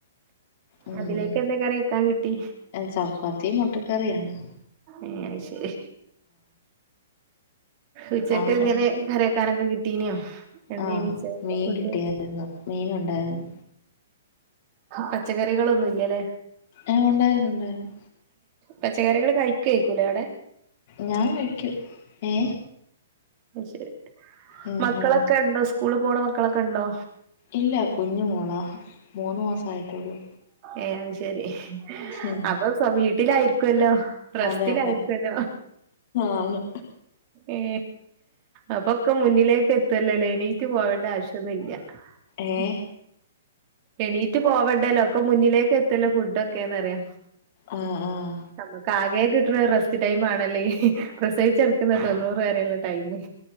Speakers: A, on the left; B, on the right.
A: ഉം
B: അതിലേക്ക് എന്തേ കറി വെയ്യ്ക്കാൻ കിട്ടി
A: ചപ്പാത്തിയും മൊട്ടക്കറിയാണ്
B: ഏ ശരി ഉച്ചക്ക്
A: അവിടെ
B: എ ങ്ങനെ കറി ക്കാനൊക്കെ കിട്ടീനോ എന്തേനി
A: ആഹ
B: ഉച്ചക്കത്തെ
A: മീൻ
B: ഫുഡ്
A: കിട്ടിയായിരുന്നു മീൻ ഉണ്ടായിരുന്നു
B: പച്ചക്കറികളൊന്നും ഇല്ലല്ലേ
A: ഏ ഉണ്ടായിരുന്നു ഉണ്ടായിരുന്നു
B: പച്ചക്കറികള് കയ്യിക്കുവായിക്കൂലേ അവിടെ
A: ഞാൻ കഴിക്കും എ
B: ശരി
A: ഉം
B: മക്കളൊക്കെ
A: ഉം
B: എണ്ടോ സ്കൂളിൽ പോണ മക്കളൊക്കെ എണ്ടോ
A: ഇല്ല കുഞ്ഞ മോളാ മൂന്ന് മാസയിട്ടുള്ളൂ
B: ഏ അത് ശരി
A: ഉം
B: അപ്പൊ <unintelligible> വീട്ടിലായിരിക്കുവല്ലോ റെസ്റ്റിലായിരിക്കല്ലോ
A: അതെ അതെ ആണ്
B: ഏ അപ്പൊക്കെ മുന്നിലേക്ക് എത്തല്ലോ ല എണീറ്റ് പോകണ്ട ആവശ്യം ഒന്നും ഇല്ല
A: ഏഹ്
B: ഉം എണീറ്റ് പോവണ്ടല്ലോ ഒക്കെ മുന്നിലേക്ക് എത്തല്ലോ ഫുഡ്‌ ഒക്കെ എന്ന് പറയ
A: ആഹ ആഹ
B: നമ്മക്ക് ആകെ കിട്ടണ റെസ്റ്റ് ടൈം ആണല്ലേഎഈ പ്രസവിച്ചെടുക്കുന്ന തൊണ്ണൂറ് വരെ ഒള്ള ടൈമേ